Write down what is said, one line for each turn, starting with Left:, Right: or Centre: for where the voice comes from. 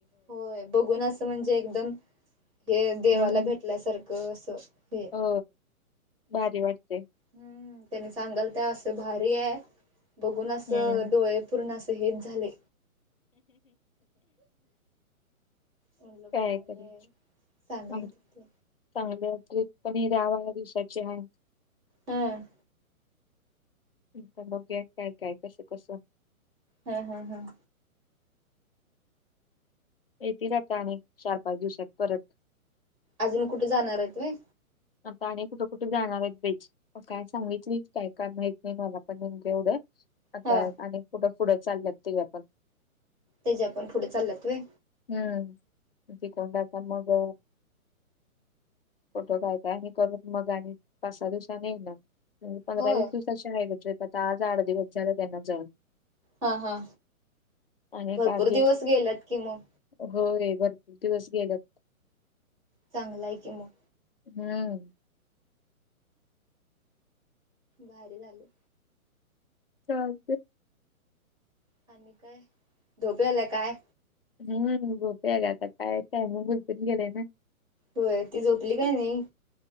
Right: होय बघून असं म्हणजे एकदम हे देवाला
Left: हम्म
Right: भेटल्यासारखं असं. हे
Left: हो भारी वाटते.
Right: हम्म त्यानी सांगालत् असं भारी आहे बघून असं
Left: हम्म.
Right: डोळे पूर्ण असे हेच झाले. म्हटलं
Left: काय
Right: भारी
Left: करायच
Right: आहे सांगाल
Left: चांगलं
Right: तिथे
Left: चांगलं आहे. ट्रीप कणी दहा बारा दिवसांची हाय.
Right: हं
Left: इथ बघूया काय काय कसं कसं.
Right: हं हं हंं..
Left: येतील आता आणि चार पाच दिवसात परत.
Right: अजून कुठ जाणार आहेत व्हयं
Left: आता आणि कुठं कुठे जाणार आहेत बाई काय सांगितली काय काय माहित नाही मला पण नेमके एवढं. आता
Right: हा
Left: आणि कुठं पुढं चालल्यात ते आपण.
Right: तेच्या पण पुढे चालल्यात व्हय.
Left: हम्म तिकडून आता मग कुठं जाय आम्ही करून मग आणि पाच सहा दिवसाने येणार तुम्ही पंधरा
Right: होय
Left: वीस दिवसा कशी हाय गं ट्रिप आता आज आठ दिवस झाले त्यांना जाऊन.
Right: हा हा
Left: आणि
Right: भरपूर
Left: एक आठ
Right: दिवस गेल्यात कि मग.
Left: होय भरपूर दिवस गेल्यात.
Right: चांगल आहे कि मग.
Left: हम्म
Right: भारी झालं.
Left: चालतय.
Right: आणि काय झोप यायल्या काय.
Left: हम झोप यायल्या आता काय टायमिंग उलटून गेलंय ना.
Right: होय ती झोपली काय
Left: <inaudible>
Right: नाही